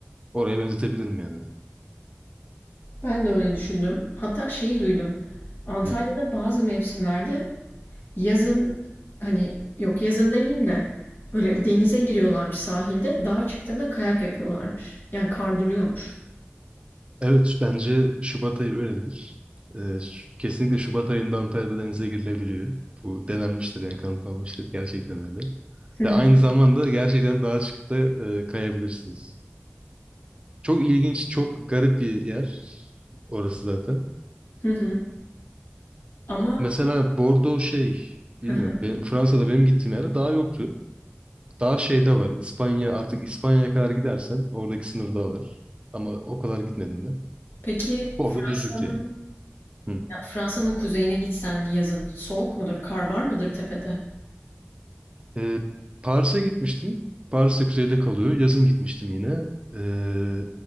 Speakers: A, on the right; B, on the left.
A: Oraya benzetebilirim yani. ben.
B: Ben de öyle düşündüm. Hatta şeyi duydum. Antalya'da
A: Hı.
B: bazı mevsimlerde yazın hani yok yazın demeyeyim de böyle denize giriyorlarmış sahilde. Dağa çıktığında kayak yapıyorlarmış. Yani kar duruyormuş.
A: Evet bence Şubat ayı öyledir. Ee, ş- kesinlikle Şubat ayında Antalya'da denize girilebiliyor. Bu denenmiştir yani kanıtlanmıştır. Gerçekten öyle.
B: Hı hı.
A: Ve aynı zamanda gerçekten dağa çıkıp da e, kayabilirsiniz. Çok ilginç, çok garip bir yer orası zaten.
B: Hı hı. Ama
A: Mesela Bordeaux şey,
B: hı
A: bilmiyorum.
B: hı.
A: ben- Fransa'da benim gittiğim yerde dağ yoktu. Daha şeyde var. İspanya artık İspanya'ya kadar gidersen oradaki sınırda var. Ama o kadar gitmedim ben.
B: Peki
A: Orada
B: Fransa'nın
A: düzlüktü yani. Hı.
B: ya Fransa'nın kuzeyine gitsen yazın soğuk mudur? Kar var mıdır tepede?
A: Ee, Paris'e gitmiştim. Paris'te kuzeyde kalıyor. Yazın gitmiştim yine. Ee,